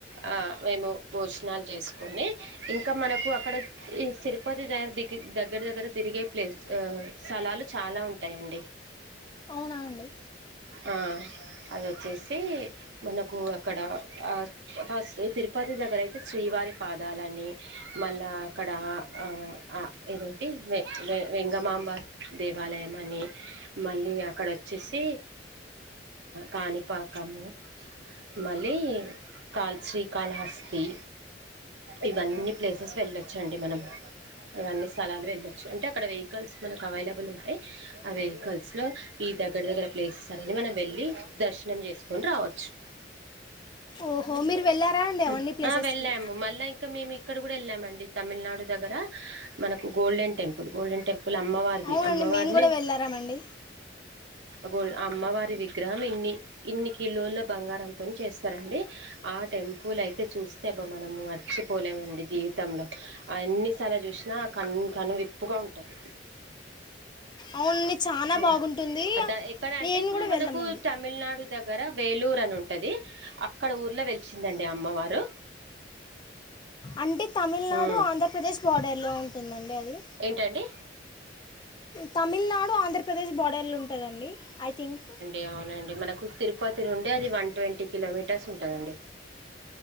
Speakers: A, on the right (about 75°); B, on the left (about 25°).
A: ఆ మేము భోజనాలు చేసుకొని ఇంకా మనకు అక్కడ ఈ తిరుపతి దగ్గ ది దగ్గర దగ్గర తిరిగే ప్లేస్ ఆ స్థలాలు చాలా ఉంటాయండి
B: అవునా అండి
A: హ అది వచ్చేసి మనకు అక్కడ ఆ ఫస్ట్ తిరుపతి దగ్గర అయితే శ్రీవారి పాదాలని మళ్ళా అక్కడ ఆ ఆ ఏదేంటి వె వె వెంగమాంబ దేవాలయం అని మళ్ళీ అక్కడ వచ్చేసి కాణిపాకము మళ్ళీ కాల్ శ్రీకాళహస్తి ఇవ్వని ప్లేసెస్ వెళ్లొచ్చు అండి మనం అవన్నీ స్థలాలు వెళ్ళొచ్చు అంటే అక్కడ వెహికల్స్ మనకు అవైలబుల్ ఉంటాయి ఆ వెహికల్స్ లో ఈ దగ్గర దగ్గర ప్లేసెస్ ఆని మనం వెళ్ళి దర్శనం చేసుకొని రావచ్చు
B: ఓహో మీరు వెళ్ళారా అండి అవన్నీ
A: మ్
B: ప్లేసెస్కి
A: ఆ వెళ్ళాము మళ్ళా ఇంకా మేము ఇక్కడ కూడా వెళ్ళామండి తమిళ్ నాడు దగ్గర మనకు గోల్డెన్ టెంపుల్ గోల్డెన్ టెంపుల్ అమ్మవారి ఇది
B: అవునండి
A: అమ్మవారిని
B: మేము కూడా వెళ్ళారామండి
A: గో ఆ అమ్మవారి విగ్రహం ఇన్ని ఇన్ని కిలోల బంగారంతోని చేస్తారండి ఆ టెంపుల్ అయితే చూస్తే అబ్బా మనము మర్చిపోలేమండి జీవితంలో అన్నిసార్లు చూసినా కను కను విప్పుగా ఉంటది.
B: అవునండి చాలా
A: ఉ
B: బాగుంటుంది
A: దా ఎక్కడ అంటే
B: నేను
A: ఇప్పుడు
B: కూడా
A: మనకు
B: వెళ్ళామండి
A: టెం తమిళనాడు దగ్గర వేలూరు అని ఉంటుది అక్కడ ఊర్లో వెలిచిందండి అమ్మవారు
B: అంటే తమిళనాడు
A: ఉమ్
B: ఆంధ్రప్రదేశ్ బోర్డర్లో ఉంటుందండి అది
A: ఏంటండి
B: తమిళనాడు ఆంధ్రప్రదేశ్ బోర్డర్లు ఉంటదండి ఐ థింక్
A: ఏమో నండి మనకు తిరుపతి నుండి అది వన్ ట్వంటీ కిలోమీటర్స్ ఉంటుందండి